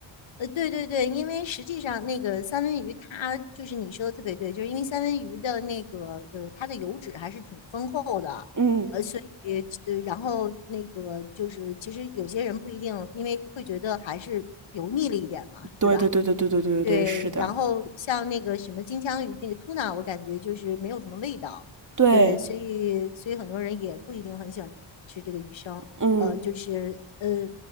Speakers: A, on the left (about 70°); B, on the right (about 40°).
A: 呃，对对对，因为实际上那个三文鱼它就是你说的特别对，就是因为三文鱼的那个呃它的油脂还是挺丰厚的，
B: 嗯，
A: 呃，所以呃然后那个就是其实有些人不一定，因为会觉得还是油腻了一点嘛，
B: 对对对对对对对对对，
A: 对吧？对，
B: 是的，
A: 然后像那个什么金枪鱼那个 tuna，我感觉就是没有什么味道，
B: 对，
A: 对，所以所以很多人也不一定很喜欢吃这个鱼生，
B: 嗯
A: 呃，就是呃，